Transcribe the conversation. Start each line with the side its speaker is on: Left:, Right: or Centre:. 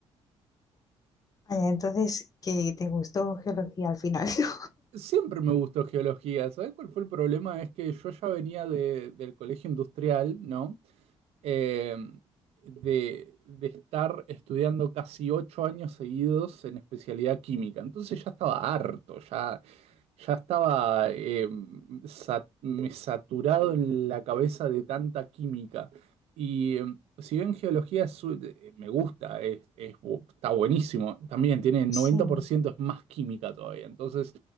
Left: Vaya, entonces, que te gustó geología al final, <laughs> ¿no?
Right: Siempre me gustó geología. ¿Sabes cuál fue el problema? Es que yo ya venía de, del colegio industrial, ¿no? eh, de, de estar estudiando casi ocho años seguidos en especialidad química. Entonces ya estaba harto, ya, ya estaba eh, sa- me saturado en la cabeza de tanta química. Y eh, si bien geología es su- eh, me gusta, es, es bu- está buenísimo, también tiene noventa
Left: Sí.
Right: por ciento es más química todavía. Entonces